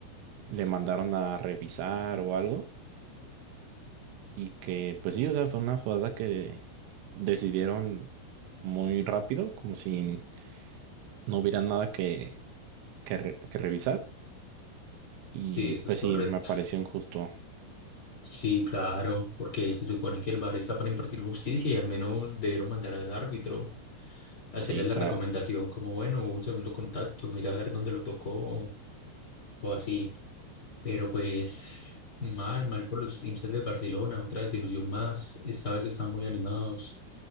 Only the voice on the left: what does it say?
sí, eso
es correcto.
Sí, claro, porque se supone que el VAR está para impartir justicia y al menos debieron mandar al árbitro hacerle
la
recomendación como, bueno, hubo un segundo contacto, mira a ver dónde lo tocó o o así. Pero pues mal, mal por los hinchas del Barcelona, otra desilusión más. Esta vez estaban muy animados,